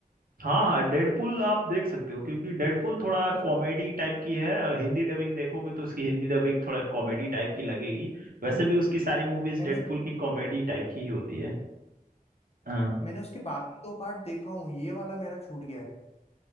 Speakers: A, on the right (about 70°); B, on the left (about 45°).
A: हाँ हाँ डेडपुल आप देख सकते हो क्योंकि डेडपुल थोड़ा
B: कुछ-
A: कॉमेडी टाइप की है हिंदी डबिंग देखोगे तो उसकी हिंदी डबिंग थोड़ा कॉमेडी टाइप की लगेगी वैसे
B: मैंने
A: भी उसकी सारी मूवीज
B: मैंने
A: डेडपुल की कॉमेडी टाइप की ही होती है हाँ
B: मैंने उसके बाकी दो पार्ट देखा हूँ ये वाला मेरा छूट गया है